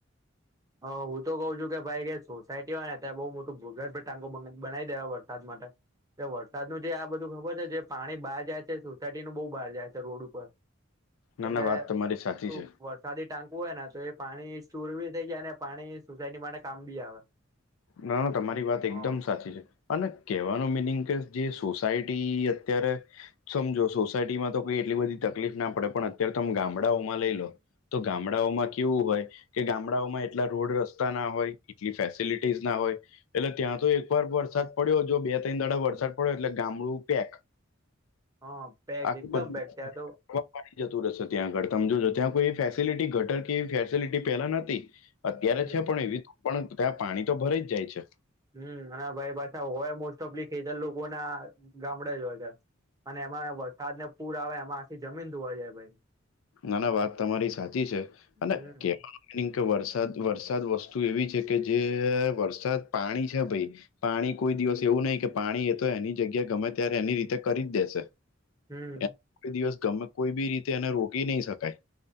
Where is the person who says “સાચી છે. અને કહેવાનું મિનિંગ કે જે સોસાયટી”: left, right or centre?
Left